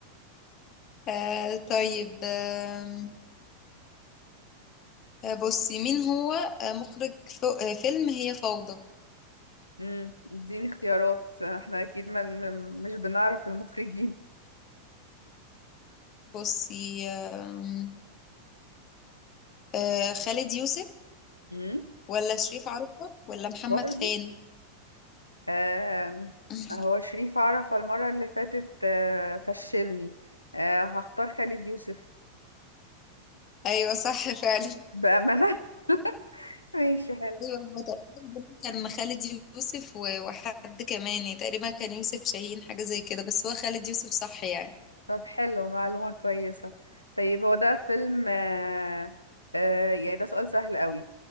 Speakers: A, on the left; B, on the left.
A: آه، طيب آم، آه، بصي مين هو آه، مخرج فو- آه، فيلم هي فوضى
B: امم اديني اختيارات احنا اكيد ما م- مش بنعرف المخرجين
A: بصي آم، آه، خالد يوسف
B: امم
A: ولا شريف عرفة ولا محمد
B: برضو
A: خان
B: آم،
A: <laughs>
B: هو شريف عرفة المرة اللي فاتت آه، فشلني آه، هختار خالد يوسف
A: ايوه صح فعلا
B: بأمانة <laughs> ماشي حلو
A: أيوه هو تقريبا برضه كان خالد يوسف و- وحد كمان يعني تقريبا كان يوسف شاهين حاجة زي كده بس هو خالد يوسف صح يعني
B: طب حلو معلومة كويسة طيب هو ده فيلم آه، آه، يعني ده سؤال سهل قوي